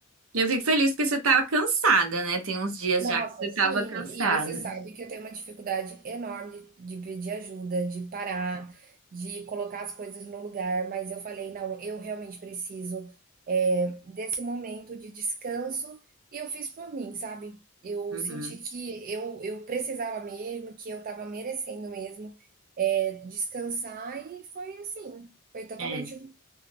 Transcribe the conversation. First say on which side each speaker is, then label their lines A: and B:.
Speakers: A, on the right; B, on the right.
A: Eu fico feliz porque você tava cansada, né? Tem uns dias
B: Nossa,
A: já que você
B: sim,
A: tava cansada.
B: e você sabe que eu tenho uma dificuldade enorme de de pedir ajuda, de parar, de colocar as coisas no lugar, mas eu falei: "Não, eu realmente preciso, eh, desse momento de descanso", e eu fiz por mim, sabe. Eu
A: Uhum.
B: senti que eu eu precisava mesmo, que eu estava merecendo mesmo, eh, descansar e foi assim, foi totalmente
A: É,